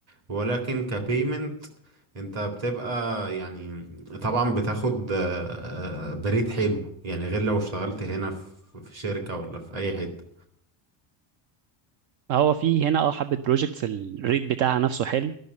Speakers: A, on the right; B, on the right.
A: ولكن كبيمنت انت بتبقى يعني طبعا بتاخد آه، آه، بريد حلو يعني غير لو اشتغلت هنا في في شركة ولا في اي حتة
B: هو في هنا اه حبة بروجكتس الريت بتاعها نفسه حلو